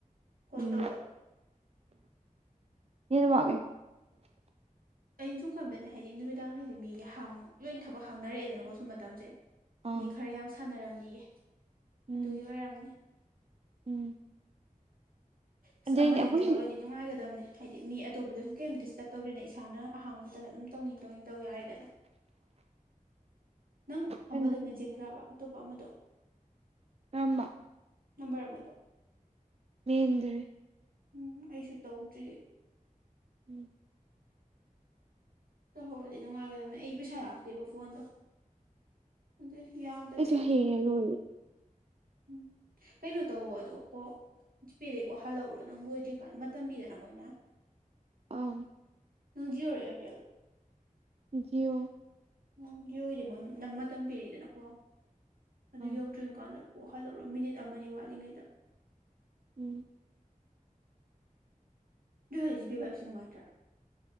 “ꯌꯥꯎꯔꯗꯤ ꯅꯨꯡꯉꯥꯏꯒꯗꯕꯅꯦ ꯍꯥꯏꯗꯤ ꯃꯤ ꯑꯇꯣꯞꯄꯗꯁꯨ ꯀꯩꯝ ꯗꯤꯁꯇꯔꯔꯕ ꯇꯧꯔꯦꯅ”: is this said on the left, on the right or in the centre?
Right